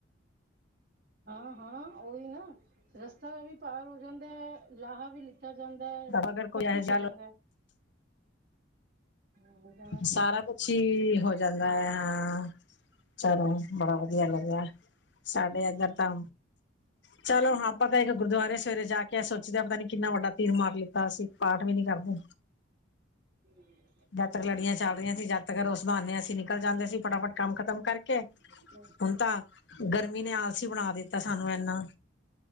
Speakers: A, on the right; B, on the left.
A: ਹਾਂ ਹਾਂ ਉਹੀ ਨਾ ਰਸਤਾ ਵੀ ਪਾਰ ਹੋ ਜਾਂਦਾ ਲਾਹਾ ਵੀ ਲੀ ਜਾਂਦਾ ਹੈ ਸਭ
B: ਅਗਰ ਕੋਈ ਇਹ
A: ਕੁਛ
B: ਜਾ
A: ਹੋ ਜਾਂਦਾ ਹਮ, ਜਾਣਾ ਚਾਹੀਦਾ
B: ਸਾਰਾ
A: ਚਲੋ
B: ਕੁਛ ਹੀ ਹੋ ਜਾਂਦਾ ਹੈ ਹਾਂ ਚਲੋ ਬੜਾ ਵਧੀਆ ਲੱਗੇਆ ਸਾਡੇ ਏਧਰ
A: ਹਮ,
B: ਤਾਂ ਚਲੋ ਹਾਂ ਆਪਾਂ ਤਾਂ ਇੱਕ ਗੁਰਦੁਆਰੇ ਸਵੇਰੇ ਜਾ ਕੇ ਸੋਚਦੇ ਹ ਪਤਾ ਨੀ ਕਿੰਨਾ ਵੱਡਾ ਤੀਰ ਮਾਰ ਲਿੱਤਾ ਅਸੀਂ ਪਾਠ ਵੀ ਨੀ ਕਰਦੇ
A: ਹਾਂ
B: ਜਦ ਤਕ ਲੜੀਆਂ ਚੱਲਹੀਆਂ ਸੀ ਜਦਤ ਕਰੋ ਸੰਭਾਨੇ ਹ ਅਸੀਂ ਨਿਕਲ ਜਾਂਦੇ ਸੀ ਫਟਾਫਟ ਕੰਮ ਖ਼ਤਮ ਕਰਕੇ
A: ਹਮ,
B: ਹੁਣ ਤਾਂ ਗਰਮੀ ਨੇ ਆਲਸੀ ਬਣਾ ਦਿੱਤਾ ਤਾਂ ਸਾਨੂੰ ਐਨਾ